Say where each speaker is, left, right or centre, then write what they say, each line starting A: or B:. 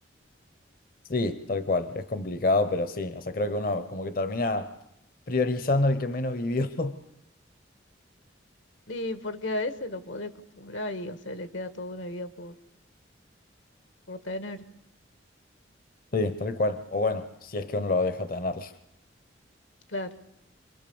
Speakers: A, on the left (about 45°); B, on the left (about 75°).
A: Sí, tal cual. Es complicado, pero sí. O sea, creo que uno como que termina priorizando al que menos vivió. <laughs>
B: Y porque a ese lo podría acostumbrar y, o sea, le queda toda una vida por, por tener.
A: Sí, tal cual. O bueno, si es que uno lo deja tenerlo.
B: Claro.